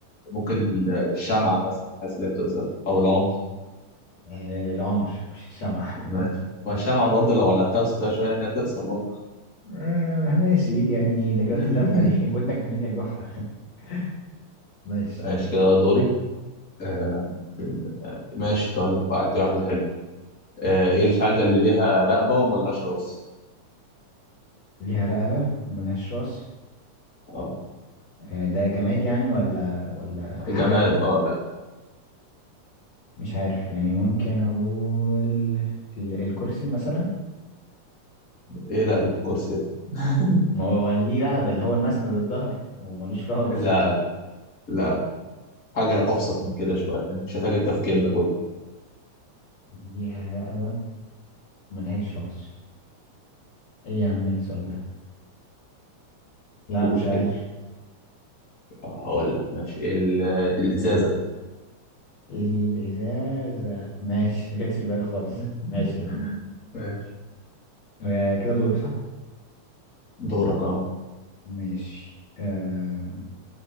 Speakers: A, on the left; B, on the left.
A: ممكن ال- الشمعة مثلا حاسس ان هي بتقصر او العنف
B: آه العمر مش الشمع
A: ماشي والشمعة برضه لو ولعتها وسبتها شوية يعني هتقصر برضه
B: آه ماشي يعني لجوت
A: <laughs>
B: اللفة دي <laughs> ودك منين يا جحا <laughs> ماشي
A: ماشي كده دوري آه بال- آه، ماشي طيب عندي واحدة حلوة آه ايه الحاجة اللي ليها رقبة وملهاش راس؟
B: ليها رقبة وملهاش راس
A: اه
B: آه ده جماد يعني ولا ولا حاجة
A: جماد اه لا
B: مش عارف يعني ممكن أقول ال- الكرسي مثلا
A: ايه رقبة الكرسي؟ <laughs>
B: ما هو ليه رقبة اللي هو المسند الظهر وملوش راس
A: لا لا حاجة أبسط من كده شوية يعني مش محتاجة التفكير ده كله
B: ليها رقبة ملهاش راس ايه يا عم السؤال ده لا
A: شوف
B: مش عارف
A: كده آه، هقول لك ماشي ال- الازازه
B: الإزازة ماشي ما جاتش في بالي خالص
A: <laughs>
B: ماشي اه
A: ماشي
B: آه، كده دوري صح
A: دورك اه
B: ماشي آه،